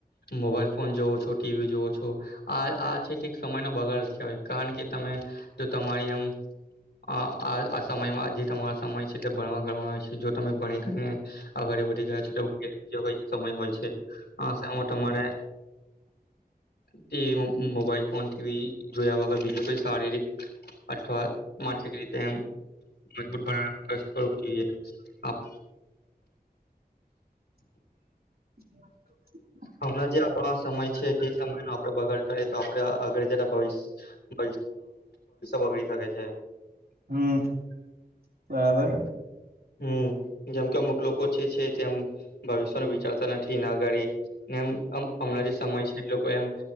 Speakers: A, on the left; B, on the right.
A: મોબાઈલ ફોન જોવો છો, ટીવી જોવો છો આ આ છે તે સમય નો બગાડ જ કેહવાય કારણ કે તમે જો તમારી આમ અ આ આ સમયમાં જે તમારો સમય છે તે ભણવા ગણવા નો છે જો તમે ભણી ઘણી ને વધી જાય છે તો ગીયા સમય હોય છે આ સમય તમારે તે મોબાઈલ ફોન થી બી જોયા વગર બીજું કઈ સારી રીત અથવા માનસિક રીતે એમ મજબૂત બના કરસો તો એ આપ
B: <inaudible>
A: હમણાં જે આપડો આ સમય છે તે સમય નો આપડે બગાડ કરીએ તો આપડે આગળ જતા ભવિષ્ય ભવિષ્ય બગડી શકે છે.
B: હમમ બરાબર.
A: હમમ જેમ કે અમુક લોકો છે છે તેમ ભવિષ્ય નું વિચારતા નથી ને અગાડી ને એમમ હમણાં જે સમય છે એ લોકો એમ